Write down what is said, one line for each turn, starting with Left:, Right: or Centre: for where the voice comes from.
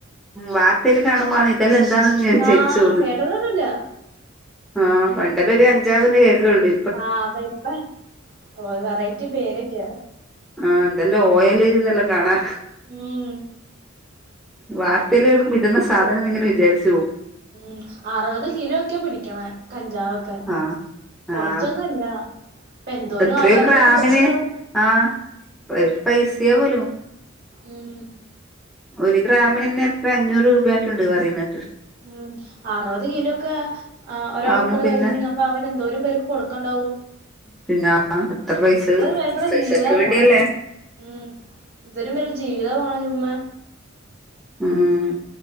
Centre: വാർത്തേല് കാണുമ്പാണ് തെല്ലാം എന്താണെന്ന് ഞാൻ
Right: ആ
Centre: ചലിച്ചു ന്ന്
Right: കേട്ടതൊന്നുമില്ല
Centre: ആഹ് പണ്ടല്ലൊരു കഞ്ചാവ് ന്നേ കേക്ക്ണൊള്ളൂ
Right: ആഹ് പൈപ്പ ഓ ഒരു വെറൈറ്റി പേരൊക്കെയ
Centre: ആഹ് എന്തെല്ലാം ഓയല്ന്നെല്ലാം കാണാ
Right: ഉം
Centre: വാർത്തീല് കാണുമ്പോ ഇതന്നാ സാധനംന്ന് ഇങ്ങനെ വിചാരിച്ചു പോവും
Right: ഉം അറുപത് കിലോ ഒക്കെ പിടിക്കണ കഞ്ചാവ്ഒക്കെ
Centre: ആഹ്
Right: കൊറച്ചൊന്നും
Centre: ആഹ്
Right: അല്ല പ്പന്തോരും
Centre: എത്രയോ
Right: ആൾക്കാർക്ക്
Centre: ഗ്രാമിന്
Right: അത് കൊടുക്ക്‌ണ്ടാവും
Centre: ആഹ് ഓല്ക്ക് പൈസയാവോലോ
Right: ഉം
Centre: ഒരു ഗ്രാമിനന്നെ എത്ര അഞ്ഞൂറ് രൂപ ആയിട്ടുണ്ട് പറയുന്നേത്
Right: ഉം അറുപത് കിലോക്കെ ആഹ് ഒരാൾക്കടെ
Centre: ആവുമ്പോ പിന്നെ
Right: കയ്യില്ണ്ടെങ്കി അപ്പോ അവൻ എന്തോരും പേർക്ക് കൊടുക്കാണ്ടാവും
Centre: പിന്നാ എത്ര പൈസ
Right: പേർക്കടെ
Centre: പൈസക്ക്
Right: ജീവിതാ
Centre: വേണ്ടിയല്ലേ
Right: പോണെ ഉം ഇതരും വല്യേ ജീവിതാ പോണെ ചുമ്മേ
Centre: ഉം ഉം